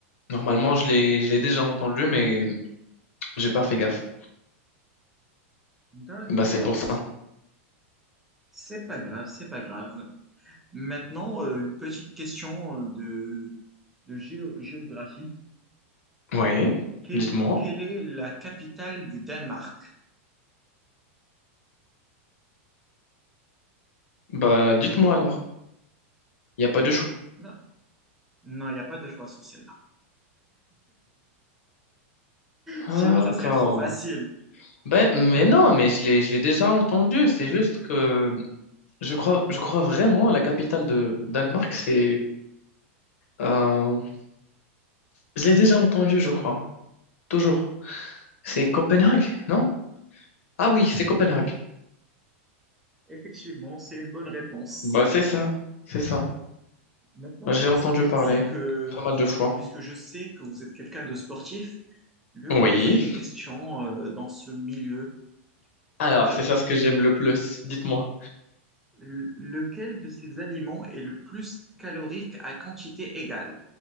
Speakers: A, on the left; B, in the centre.
A: Normalement, je l'ai, je l'ai déjà entendu, mais j'ai pas fait gaffe.
B: D'accord.
A: Bah, c'est pour ça.
B: C'est pas grave, c'est pas grave. Maintenant, euh, une petite question euh, de, de géo- géographie.
A: Oui,
B: Quelle,
A: dites-moi.
B: quelle est la capitale du Danemark?
A: Bah, dites-moi alors. Il n'y a pas de choix.
B: Non, non, il n'y a pas de choix sur celle-là. Sinon,
A: D'accord.
B: ça serait trop facile.
A: Ben, mais non, mais je l'ai, je l'ai déjà entendu. C'est juste que je crois, je crois vraiment la capitale de Danemark, c'est. euh, je l'ai déjà entendu, je crois. Toujours. C'est Copenhague, non? Ah oui, c'est Copenhague.
B: Donc, effectivement, c'est une bonne réponse.
A: Bah, c'est ça. C'est ça.
B: Maintenant,
A: Bah, j'ai
B: puisque
A: entendu
B: je
A: parler
B: sais que,
A: pas mal de fois.
B: puisque je sais que vous êtes quelqu'un de sportif, je vais vous
A: Oui.
B: poser une question euh, dans ce milieu.
A: Alors,
B: Alors,
A: c'est ça ce que j'aime le plus. Dites-moi.
B: le- lequel de ces aliments est le plus calorique à quantité égale?